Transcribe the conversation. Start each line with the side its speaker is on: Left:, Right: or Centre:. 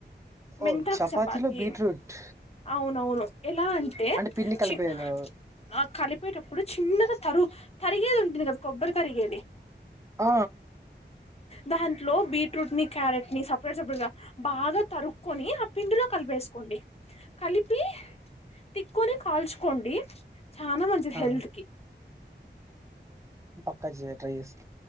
Right: ఓ
Left: మెంతాకు
Right: చపాతీలో
Left: చపాతి
Right: బీట్రూట్
Left: అవును అవును ఎలా అంటే
Right: పిండి కలిపేయలో
Left: చిం ఆ కలిప్ కలిపేటప్పుడు చిన్నగా తరుగు తరిగేది ఉంటుంది కదా కొబ్బరి తరిగేది
Right: ఆ
Left: దాంట్లో బీట్రూట్ని క్యారెట్ని సపరేట్ సపరేట్గా బాగా తరుక్కొని ఆ పిండిలో కలిపేసుకోండి కలిపి తిక్కొని కాల్చుకోండి. చానా మంచిది
Right: ఆ
Left: హెల్త్ కి
Right: క్కా జేయ ట్రై చేస్తా